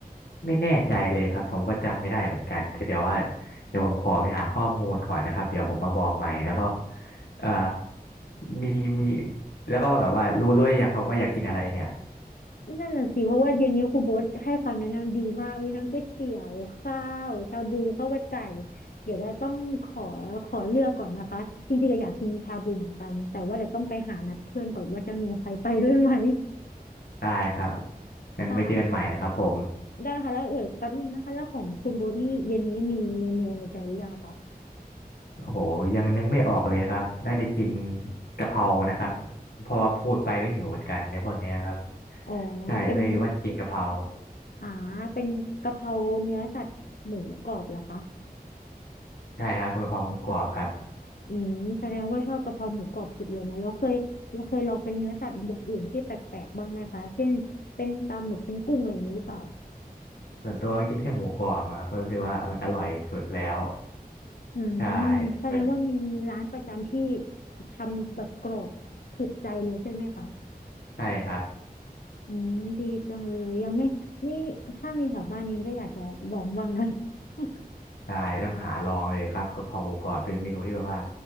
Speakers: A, on the left; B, on the left.
A: ไม่แน่ใจเลยครับผมก็จำไม่ได้เหมือนกันแต่เดี๋ยวว่าเดี๋ยวผมขอไปหาข้อมูลก่อนนะครับเดี๋ยวผมมาบอกใหม่แล้วก็เอ่อมีมีแล้วก็แบบว่ารู้รู้หรือยังครับว่าอยากกินอะไรเนี่ย
B: นั่นน่ะสิเพราะว่าเย็นนี้ครูโบ๊ทให้คำแนะนำดีมากมีทั้งก๋วยเตี๋ยวข้าวชาบูข้าวมันไก่เดี๋ยวเราต้องขอขอเลือกก่อนนะคะจริงๆก็อยากกินชาบูเหมือนกันแต่ว่าเดี๋ยวต้องไปหานัดเพื่อนก่อนว่าจะมีใครไปด้วยไหม
A: ได้ครับงั้นไว้เจอกันใหม่นะครับผม
B: ค่ะได้ค่ะแล้วเดี๋ยวแป๊บนึงนะคะแล้วของคุณโบ๊ทนี่เย็นนี้มีเมนูในใจหรือยังคะ
A: โอ้โหยังนึกไม่ออกเลยครับน่าจะกินกะเพรานะครับเพราะว่าพูดไปก็หิวเหมือนกันในพวกเนี้ยครับ
B: อ๋อ
A: ใช่ก็เลยว่ากินกะเพรา
B: เป็นอ่าเป็นกะเพราเนื้อสัตว์หมูกรอบเหรอคะ
A: ใช่ครับกะเพราหมูกรอบครับ
B: อืมแสดงว่าชอบกะเพราหมูกรอบสุดเลยเนาะเราเคยเราเคยลองเป็นเนื้อสัตว์อย่างอื่นที่แปลกๆบ้างไหมคะเช่นเป็นปลาหมึกเป็นกุ้งอะไรอย่างนี้หรือเปล่า
A: ส่วนตัวก็กินแค่หมูกรอบอะครับเพราะรู้สึกว่ามันอร่อยสุดแล้ว
B: อืม
A: ใช่
B: แสดงว่ามีร้านประจำที่
A: เป็น
B: ทำแบบกรอบถูกใจเลยใช่ไหมคะ
A: ใช่ครับ
B: อืมดีจังเลยยังไม่นี่ถ้ามีแถวบ้านนี้ก็อยากจะลองบ้างนะ <laughs>
A: ใช่ต้องหาลองเลยครับกะเพราหมูกรอบเป็นเมนูที่แบบว่า